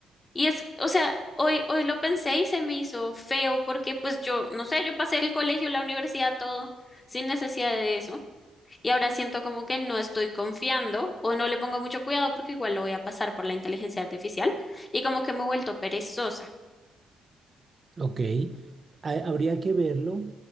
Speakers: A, on the left; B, on the right.
A: Y es, o sea, hoy, hoy lo pensé y se me hizo feo porque pues yo, no sé, yo pasé el colegio, la universidad, todo sin necesidad de eso. Y ahora siento como que no estoy confiando o no le pongo mucho cuidado porque igual lo voy a pasar por la inteligencia artificial y como que me he vuelto perezosa.
B: Ok, ha- habría que verlo.